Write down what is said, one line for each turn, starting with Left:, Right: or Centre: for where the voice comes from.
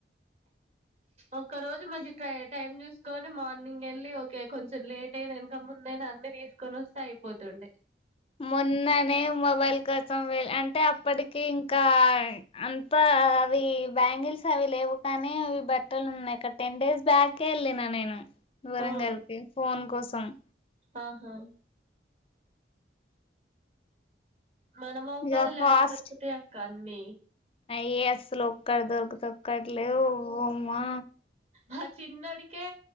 Right: ఓకా రోజు మంచ టైమ్ చుసుకోని తీసుకొని మార్నింగ్ వెళ్ళి ఓకే కొంచెం లేట్ అయినా ఇనక ముందైనా అన్ని తీసుకొని వస్తే అయిపోతుండంది
Left: మొన్ననే మొబైల్ కోసం వెళ్ అంటే అప్పటికి ఇంకా అ ఇప్ప అవి బ్యాంగిల్స్ అవి లేవు కానీ అవి బ ఇక్కడ టెన్ డేస్ బ్యాకే వెళ్ళిన నేను వరన్గళికి
Right: ఆ
Left: ఫోన్ చేసాను
Right: ఆహా మనమ అబ్బాదిలుడ
Left: ఇక ఫాస్ట్
Right: తరుకుతే అక అన్నీ
Left: అయ్యే అసలు ఒక్కడ దొరుకుత ఒక్కట్లే ఉమ్మా
Right: ఆ చిన్నడికే